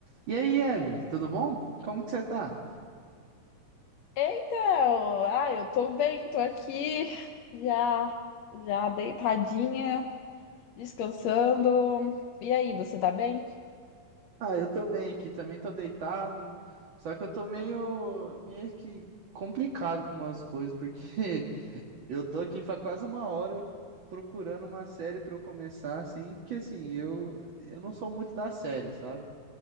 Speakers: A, on the right (about 45°); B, on the left (about 65°).
A: E aí, Evelyn, tudo bom? Como que você tá?
B: Então, ah, eu tô bem, tô aqui já já deitadinha, descansando. E aí, você tá bem?
A: Ah, eu tô bem aqui, também tô deitado, só que eu tô meio, meio que complicado com umas coisas, porque <laughs> eu tô aqui faz quase uma hora procurando uma série pra eu começar, assim, porque assim, eu, eu não sou muito da série, sabe?